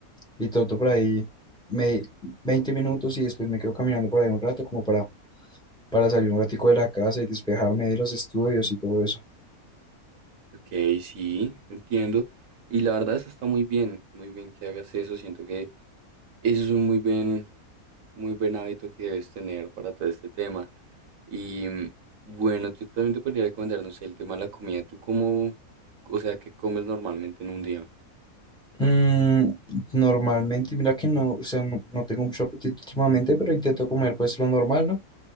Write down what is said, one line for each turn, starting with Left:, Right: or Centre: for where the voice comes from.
Centre: y troto por ahí me, 20 minutos y después me quedo caminando por ahí un rato como para para salir un ratico de la casa y despejarme de los estudios y todo eso.
Right: Ok, sí, entiendo. Y la verdad eso está muy bien, muy bien que hagas eso. Siento que eso es un muy buen, muy buen hábito que debes tener para todo este tema. Y mm, bueno, yo también te podría recomendar, no sé, el tema de la comida. ¿Tú cómo, o sea, qué comes normalmente en un día?
Centre: Mm, normalmente, mira que no, o sea, no, no tengo mucho apetito últimamente, pero intento comer pues lo normal, ¿no?